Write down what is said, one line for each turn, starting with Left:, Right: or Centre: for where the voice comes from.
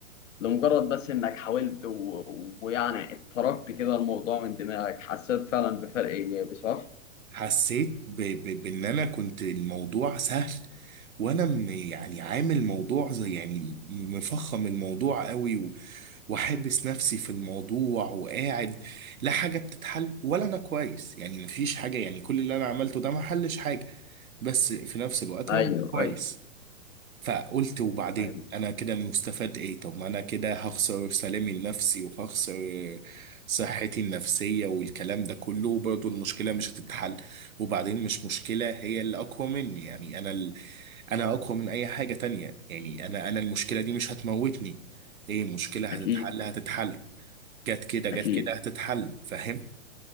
Left: لمجرد بس انك حاولت و... ويعني اتركت كده الموضوع من دماغك حسيت فعلا بفرق ايجابي صح؟
Right: حسيت ب... ب... بان انا كنت الموضوع سهل وانا م- يعني عامل موضوع زي يعني مفخم الموضوع قوي واحبس نفسي في الموضوع وقاعد لا حاجة بتتحل ولا انا كويس يعني مفيش حاجة يعني كل اللي انا عملته ده ما حلش حاجة بس في نفس الوقت انا
Left: ايوه
Right: مش كويس
Left: ايوه
Right: فقلت وبعدين
Left: ايوه
Right: انا كده مستفاد ايه طب ما انا كده هخسر سلامي النفسي وهخسر صحتي النفسية والكلام ده كله وبرضه المشكلة مش هتتحل وبعدين مش مشكلة هي اللي اقوى مني يعني انا ال... انا اقوى من اي حاجة تانية يعني انا انا المشكلة دي مش هتموتني ايه المشكلة هتتحل
Left: اكيد
Right: هتتحل جت كده جت
Left: اكيد
Right: كده هتتحل فاهم